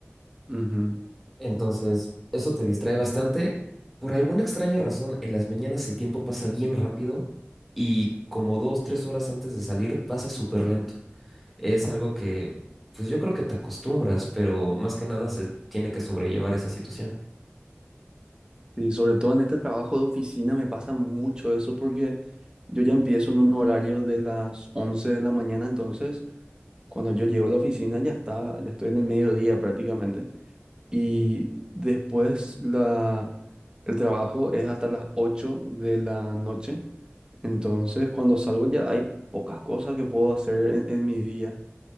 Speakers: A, on the right; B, in the centre.
A: ujú.
B: Entonces, eso te distrae bastante. Por alguna extraña razón, en las mañanas el tiempo pasa bien rápido y como dos, tres horas antes de salir pasa súper lento. Es algo que, pues yo creo que te acostumbras, pero más que nada se tiene que sobrellevar esa situación.
A: Y sobre todo en este trabajo de oficina me pasa mucho eso porque yo ya empiezo en un horario de las 11 de la mañana, entonces cuando yo llego a la oficina ya está, ya estoy en el mediodía prácticamente. Y después la, el trabajo es hasta las 8 de la noche. Entonces, cuando salgo ya hay pocas cosas que puedo hacer en, en mi día.